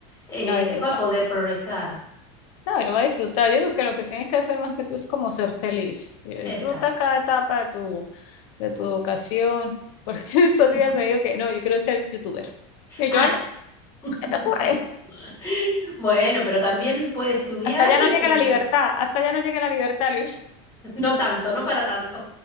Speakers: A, on the left; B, on the left.
A: eh,
B: no disfruta.
A: va a poder progresar.
B: No, y lo va a disfrutar. Yo creo que lo que tienes que hacer más que tú es como ser feliz. Eh,
A: Exacto.
B: Disfruta cada etapa de tu, de tu educación, porque <laughs> esos
A: <laughs>
B: días me dijo que no, yo quiero ser youtuber. Y
A: Ah,
B: yo, "Ah, no,
A: <laughs> <laughs>
B: ¿qué te ocurre?
A: Bueno, pero también puede estudiar
B: Hasta allá no
A: y
B: llega
A: ser...
B: la libertad, hasta allá no llega la libertad. Le digo,
A: No tanto, no para tanto.